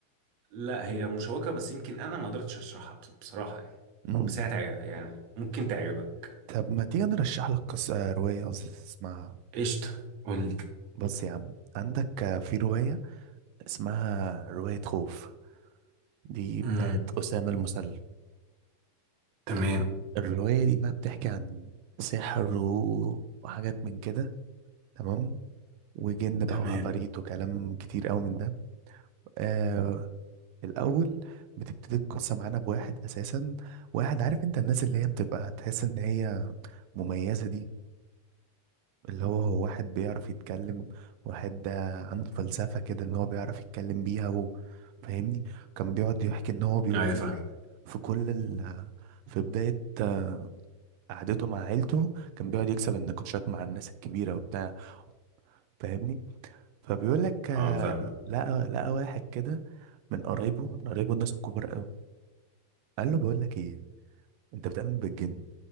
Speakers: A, on the right (about 65°); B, on the right (about 90°).
A: لا هي مشوقة بس يمكن انا ما قدرتش اشرحها بص- بصراحة يعني
B: مم.
A: بس هي هتعجب- يعني ممكن تعجبك
B: طب ما تيجي نرشح لك قصة رواية قصدي تسمعها
A: قشطة قول لي
B: بص يا عم عندك آه، في رواية اسمها رواية خوف دي
A: امم
B: بتاعت أسامة المسلم
A: تمام
B: الر- الرواية دي بقى بتحكي عن سحر و- وحاجات من كده تمام وجن بقى
A: تمام
B: وعفاريت وكلام كتير قوي من ده آه الاول بتبتدي القصه معانا بواحد اساسا واحد عارف انت الناس اللي هي بتبقى تحس ان هي مميزه دي اللي هو هو واحد بيعرف يتكلم واحد آه، عنده فلسفه كده ان هو بيعرف يتكلم بيها و... فاهمني كان بيقعد يحكي ان هو بيقول
A: ايوه فاهم
B: في كل ال... في بدايه آه، قعدته مع عيلته كان بيقعد يكسب النقاشات مع الناس الكبيره وبتاع فاهمني فبيقول لك آه،
A: اه فاهم
B: لقى لقى واحد كده من قرايبه من قرايبه الناس الكبار قوي قال له بقول لك ايه انت بتؤمن بالجن